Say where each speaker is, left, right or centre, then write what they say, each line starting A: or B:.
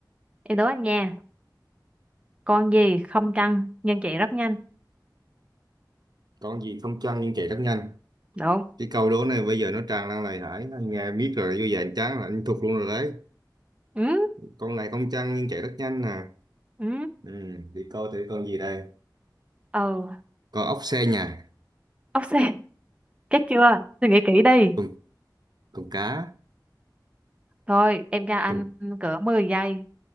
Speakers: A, on the right; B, on the right.
A: em đố anh nha. Con gì không chân nhưng chạy rất nhanh.
B: Con gì không chăn nhưng chạy rất nhanh.
A: đúng
B: Cái câu đố này bây giờ nó tràn lan lời hải anh nghe biết rồi như vậy anh chán là anh thuộc luôn rồi đấy.
A: Ừ,
B: Con này không chăn nhưng chạy rất nhanh nè.
A: ừ,
B: Ừ, thì coi thử con gì đây.
A: ừ,
B: Con ốc xe nhà,
A: ốc sên. Chắc chưa? suy nghĩ kỹ đi
B: con con cá,
A: Thôi, em cho anh
B: con,
A: cỡ 10 giây.